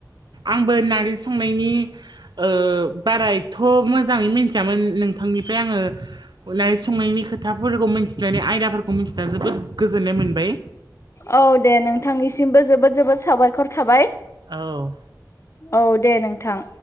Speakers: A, on the right; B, on the left.
A: आंबो नारजि संनायनि ओ बाराएथ' मोजाङै मिथियामोन नोंथांनिफ्राय आङो संनायनि खोथाफोरखौ मिन्थिनानै आयदाफोरखौ मिन्थिनानै जोबोद गोजोननाय मोनबाय
B: औ दे नोंथांनिसिमबो जोबोद जोबोद साबायखर थाबाय
A: औ
B: औ दे नोंथां